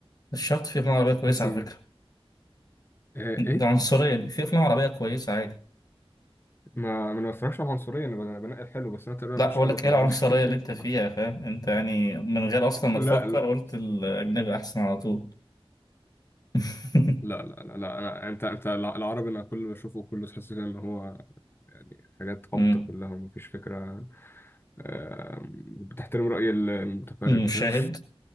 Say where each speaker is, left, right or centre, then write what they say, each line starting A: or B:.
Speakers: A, on the left (about 40°); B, on the left (about 20°).
A: مش شرط في أفلام عربية كويسة
B: تحس
A: على
B: إن
A: فكرة
B: آه إيه
A: ده عنصرية دي في أفلام عربية كويسة عادي
B: ما ما أنا ما بتفرجش على العنصرية أنا بن- بنقي الحلو بس أنا تقريبا
A: لا
B: مفيش
A: بقول
B: حلو
A: لك
B: في
A: إيه
B: العربي
A: العنصرية
B: <laughs>
A: اللي أنت فيها فاهم أنت يعني من غير أصلا ما
B: لا
A: تفكر
B: لا
A: قلت الأجنبي أحسن على طول <laughs>
B: لا لا لا, لا. أنا... أنت أنت الع- العربي أنا كل اللي بشوفه كله تحس كده إن هو حاجات
A: مم.
B: هابطة كلها ومفيش فكرة آه بتحترم رأي المتفرج
A: مشاهد
B: فاهم